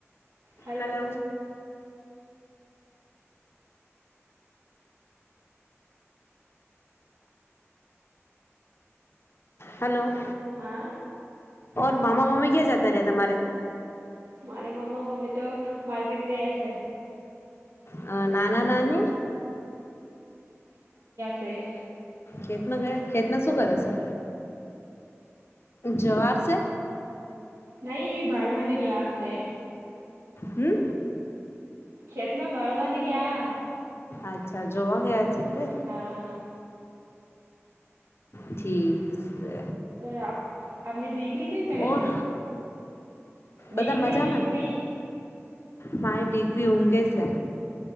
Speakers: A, on the right (about 80°); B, on the left (about 55°).
A: હલો
B: હાલો. હાલો.
A: હા
B: મામા મામી ક્યાં જતા રહ્યા તમારે
A: મારે મામા મામી તો માર્કેટ ગયા છે.
B: અ નાના નાની
A: તે
B: ખેતમાં ગયા ખેતમાં શું કરે છે. જવાબ છે.
A: નહી ભાળમાની ગીયા શે
B: હમ.
A: ખેતમાં ભાળવાની ગયા
B: અચ્છા જવા ગયા છે તે
A: હા
B: ઠીક છે.
A: ઓર આપ આપને દીકરી તે કરે
B: ઓર
A: છે દીકરી
B: બધા મજામાં
A: દીકરી
B: મારી દીકરી ઊંઘે છે.